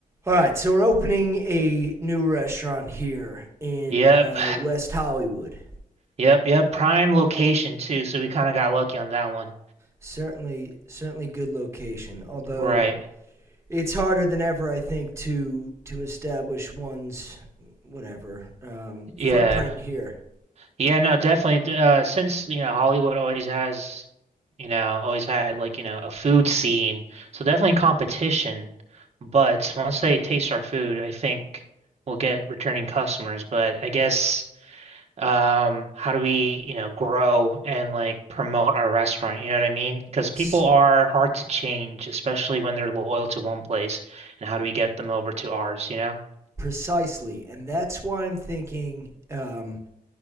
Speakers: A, on the right (about 20°); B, on the right (about 45°).
A: All right, so we're opening a new restaurant here in
B: Yep.
A: uh, West Hollywood.
B: Yep. Yep. Prime location too, so we kind of got lucky on that one.
A: Certainly, certainly good location. Although
B: Right.
A: it's harder than ever, I think, to to establish one's whatever um,
B: Yeah.
A: footprint here
B: Yeah, no, definitely. Uh, since, you know, Hollywood always has, you know, always had like, you know, a food scene. So definitely competition. But once they taste our food, I think we'll get returning customers. But I guess um how do we you know grow and like promote our restaurant you know what I mean because people
A: S-
B: are hard to change especially when they're loyal to one place and how do we get them over to ours you know
A: precisely, and that's why I'm thinking um,